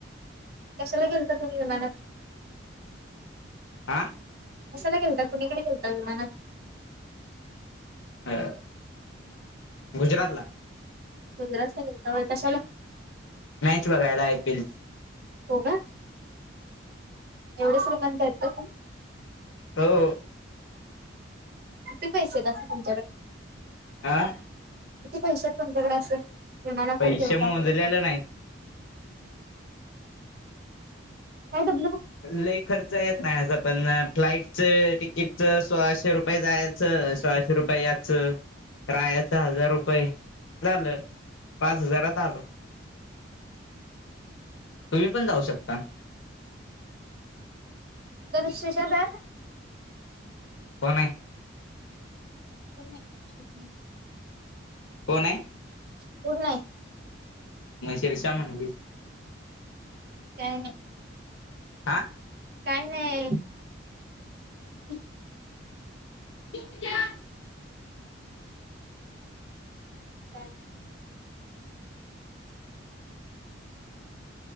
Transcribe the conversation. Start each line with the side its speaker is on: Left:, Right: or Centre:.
Right: कशाला गेलता तुम्ही विमानात
Left: आह
Right: कं ना गेलता कुणीकडे गेलता विमाना तू
Left: अ गुजरात ला
Right: नजराच लागेल का कशाला
Left: मॅच बघायला आयपीएल
Right: हो का एवढे श्रीमंत आहेत का का
Left: हो
Right: किती पैसेेतस तुच्याकडे
Left: आह
Right: किती पैसे आहेत तुमच्याकडे असे फमाला
Left: पैसे
Right: पण खेळता
Left: मोजलेले नाहीत
Right: दबलं
Left: लई खर्च येत नाही असं पण फ्लाईटच तिकीटच सोळाशे रुपये जायचं सोहाशे रुपये याच रायाच हजार रुपये झालं पाच हजारात आलो तुम्ही पण जाऊ शकता
Right: तर शेषाधर
Left: होन
Right: प नाहीछट
Left: कोण आहे
Right: पूढ नाही
Left: म शेर शा म्हणाली
Right: काना
Left: आा
Right: काय नाही क
Left: <unintelligible>
Right: अच